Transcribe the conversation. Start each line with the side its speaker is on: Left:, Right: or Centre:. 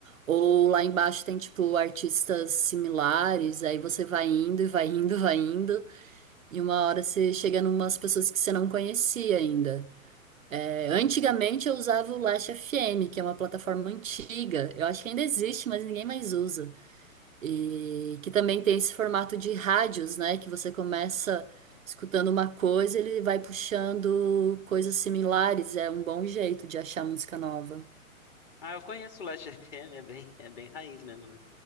Right: ou lá embaixo tem tipo artistas similares, aí você vai indo e vai indo, <laughs> vai indo e uma hora você chega numas pessoas que você não conhecia ainda. Antigamente eu usava o Last FM, que é uma plataforma antiga. Eu acho que ainda existe, mas ninguém mais usa. E que também tem esse formato de rádios, né? Que você começa escutando uma coisa, ele vai puxando coisas similares. É um bom jeito de achar música nova. <laughs>
Left: Ah, eu conheço o Last <laughs> FM, é bem, é bem raiz mesmo, né?